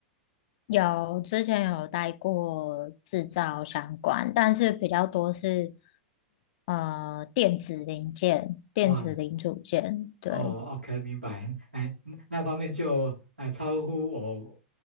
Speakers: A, on the left; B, on the right.
A: 有之前有待过制造相关，但是比较多是呃电子零件、电子零组件。
B: 哇，
A: 对，
B: 哦，OK，明白。哎，那那方面就哎超乎我